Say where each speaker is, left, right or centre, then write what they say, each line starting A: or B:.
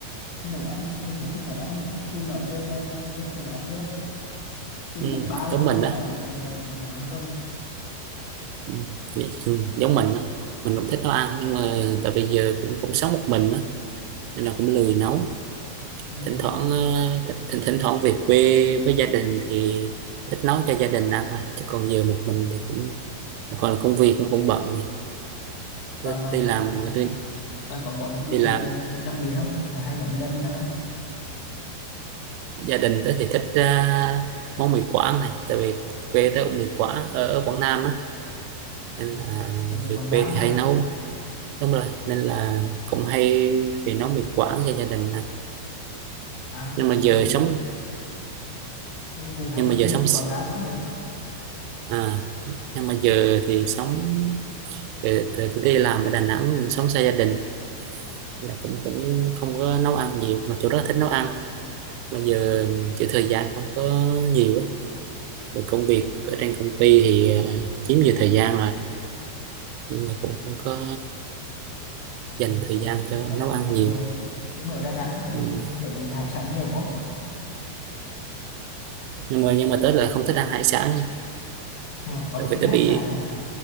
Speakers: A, on the left (about 75°); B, on the right (about 85°).
A: hay nấu ăn mình cũng thích nấu ăn nữa từ nhỏ giờ là, là mình rất thích nấu ăn luôn từ
B: ừ.
A: lớp 3 là
B: giống
A: mình
B: mình đó
A: đã biết ờ, biết nấu ăn rồi
B: ừ. vậy- ừ, giống mình đó mình cũng thích nấu ăn nhưng mà tại vì giờ cũng cũng sống một mình đó nên là cũng lười nấu
A: ừ,
B: thỉnh
A: đúng
B: thoảng
A: rồi
B: ờ, th thỉnh, thỉnh thoảng về quê với gia đình thì thích nấu cho gia đình ăn thôi chứ còn giờ một mình thì cũng một phần là công việc nó cũng bận này Tôi
A: bạn bạn
B: đi làm
A: à,
B: đi,
A: bạn có món gì
B: đi làm
A: à, đặc biệt không hay hay nấu cho gia đình ăn không
B: gia đình tớ thì thích à, món mì Quảng này tại vì quê tớ cũng mì Quảng ở, ở Quảng Nam á nên
A: Ừ,
B: là
A: bạn ở
B: về
A: Quảng Nam
B: quê thì
A: hả
B: hay nấu đúng rồi nên là cũng hay về nấu mì Quảng cho gia đình nè
A: à
B: nhưng mà giờ
A: mình
B: sống
A: mình cũng hay
B: nhưng
A: đi
B: mà giờ
A: du
B: sống
A: lịch Quảng Nam lắm này
B: à, nhưng mà giờ thì sống về từ từ đi làm ở Đà Nẵng mình sống xa gia đình là cũng cũng không có nấu ăn nhiều mà chỗ đó thích nấu ăn mà giờ chữ thời gian không có nhiều á rồi công việc ở trên công ty thì à, chiếm nhiều thời gian rồi nên là cũng không có dành
A: Ừ,
B: thời
A: ừ.
B: gian cho
A: không có đồ
B: nấu
A: ăn
B: ăn
A: nhiều
B: nhiều.
A: nhưng mà ở Đà Nẵng thì
B: Ừm,
A: thì mình thấy hải sản nhiều đúng không <laughs>
B: Nhưng mà nhưng mà tớ lại không thích ăn hải sản
A: à, bạn
B: Tại
A: không
B: vì
A: thích ăn
B: tớ
A: hải
B: bị
A: sản hả